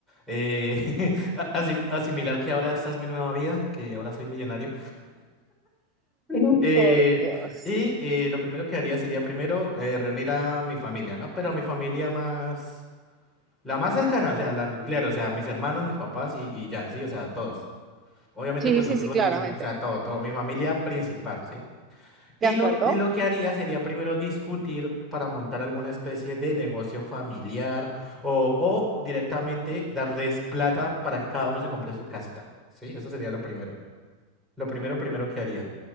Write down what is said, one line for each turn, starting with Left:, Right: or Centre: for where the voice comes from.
Centre: eh, <laughs> a- asim- asimilar que ahora esta es mi nueva vida, que ahora soy millonario. Ujú. Eh,
Right: Por Dios.
Centre: y eh, lo primero que haría sería primero eh, reunir a mi familia, ¿no? Pero a mi familia más... La más cercana, o sea, la nuclear, o sea, mis hermanos, mis papás y, y ya, sí, o sea, todos. Obviamente,
Right: Sí,
Centre: pues los
Right: sí, sí,
Centre: hijos
Right: claramente.
Centre: de mis hermanos, o sea, todo, todo, mi familia principal, ¿sí? Y
Right: ¿De acuerdo?
Centre: lo, y lo que haría sería primero discutir para montar alguna especie de negocio familiar o, o directamente darles plata para que cada uno se compre su casita, ¿sí? Eso sería lo primero. Lo primero, primero que haría.